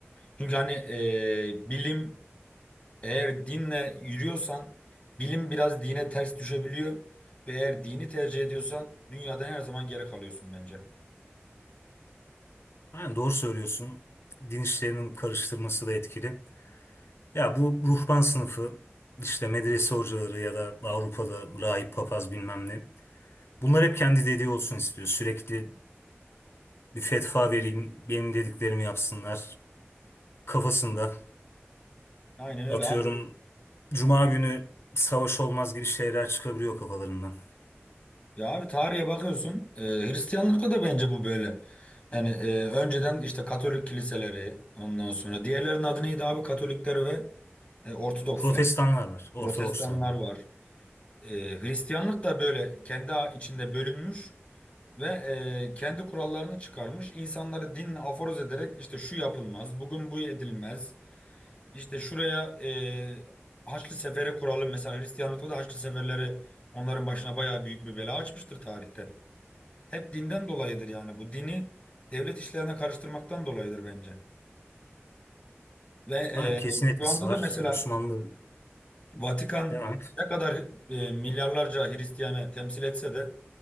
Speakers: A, on the left (about 30°); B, on the left (about 65°).
A: Çünkü hani e, bilim Eğer dinle yürüyorsan bilim biraz dine ters düşebiliyor ve eğer dini tercih ediyorsan dünyadan her zaman geri kalıyorsun bence.
B: Yani doğru söylüyorsun. Din işlerinin karıştırması da etkili. Ya bu ruhban sınıfı işte medrese hocaları ya da Avrupa'da rahip papaz bilmem ne. Bunlar hep kendi dediği olsun istiyor. Sürekli bir fetva vereyim, benim dediklerimi yapsınlar kafasında.
A: Aynen öyle
B: Atıyorum
A: abi.
B: Cuma günü savaş olmaz gibi şeyler çıkabiliyor kafalarından.
A: Ya abi tarihe bakıyorsun e, Hristiyanlıkta da bence bu böyle. Yani e, önceden işte Katolik kiliseleri ondan sonra diğerlerinin adı neydi abi Katolikler ve e, Ortodokslar.
B: Protestanlar var, Ortodokslar
A: Protestanlar
B: var.
A: var. E, Hristiyanlık da böyle kendi içinde bölünmüş. Ve e, kendi kurallarını çıkarmış. İnsanları dinle aforoz ederek işte şu yapılmaz, bugün bu edilmez. İşte şuraya e, Haçlı Seferi kuralım. Mesela Hristiyanlıkta da Haçlı Seferleri onların başına bayağı büyük bir bela açmıştır tarihte. Hep dinden dolayıdır yani bu dini devlet işlerine karıştırmaktan dolayıdır bence. Ve e,
B: Tamam, kesin etkisi
A: şu anda
B: var.
A: da mesela
B: Osmanlı
A: Vatikan
B: devam et.
A: ne kadar e, milyarlarca Hristiyanı temsil etse de